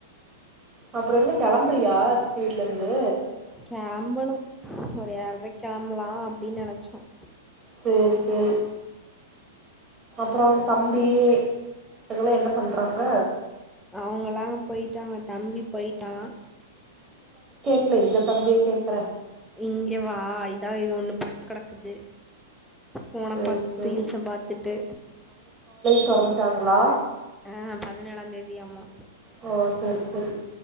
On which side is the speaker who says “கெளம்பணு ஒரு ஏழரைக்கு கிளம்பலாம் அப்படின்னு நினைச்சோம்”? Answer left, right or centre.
Centre